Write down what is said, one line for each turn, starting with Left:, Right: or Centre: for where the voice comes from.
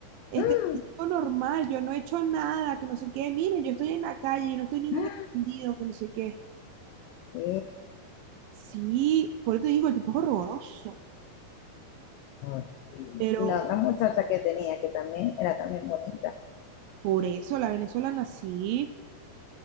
Right: este
Left: ¡ah!
Right: yo sigo normal, yo no he hecho nada, que no sé qué. Miren, yo estoy en la calle, yo no estoy en ningún
Left: ¡ah!
Right: escondido, que no sé qué.
Left: ¡Qué
Right: Sí, por eso te digo, el tipo es horroroso.
Left: horrible!
Right: Pero
Left: Y la otra muchacha que tenía, que también era también bonita,
Right: por eso la venezolana sí.